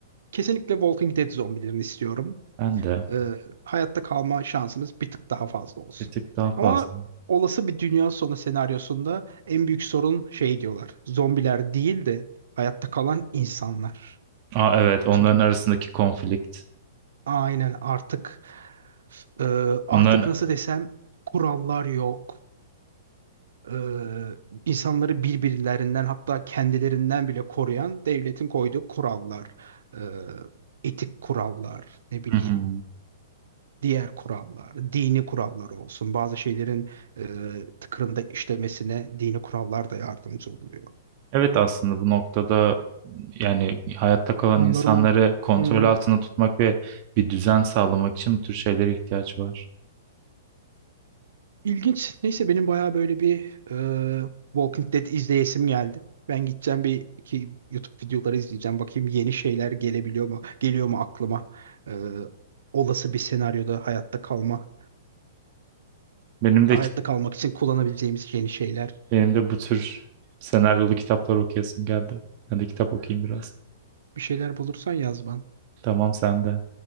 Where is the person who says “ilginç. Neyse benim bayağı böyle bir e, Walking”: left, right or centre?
Right